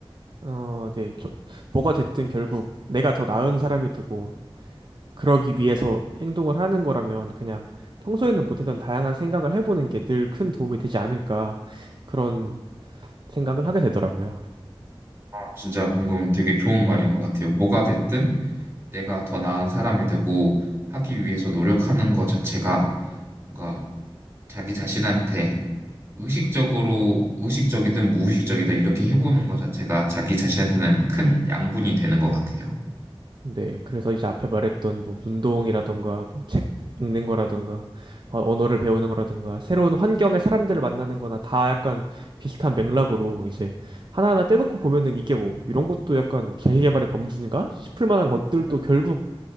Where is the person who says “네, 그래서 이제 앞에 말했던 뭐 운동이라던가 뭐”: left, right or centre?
Right